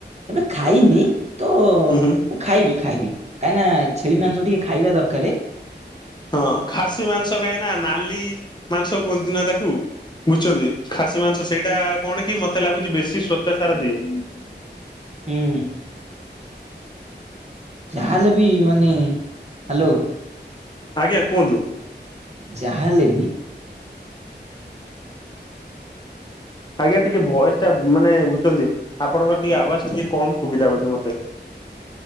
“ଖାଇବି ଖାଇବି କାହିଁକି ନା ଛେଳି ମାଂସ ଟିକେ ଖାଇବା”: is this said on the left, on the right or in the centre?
Right